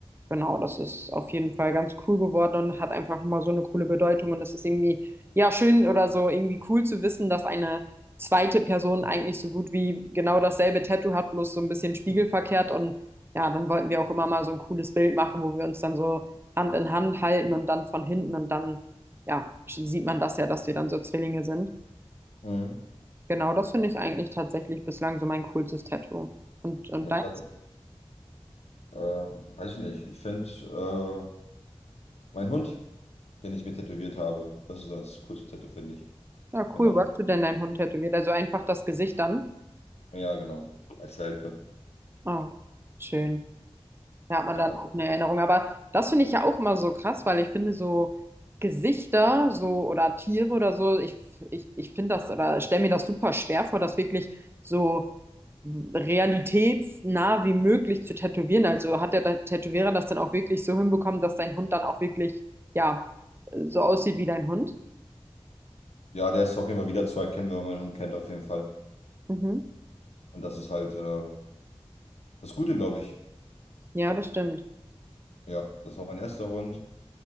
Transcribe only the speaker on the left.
Mhm.
Das
hat, äh, weiß ich nicht. Ich finde äh, mein Hund, den ich mir tätowiert habe, das ist so das coolste Tattoo, finde ich.
Wenn
man
noch,
ja, genau, als Welpe.
Ja,
das,
ja, der ist auf jeden Fall wieder zu erkennen, wenn man meinen Hund kennt, auf jeden Fall.
Und das ist halt äh, das Gute, glaube ich.
Ja, das war mein erster Hund.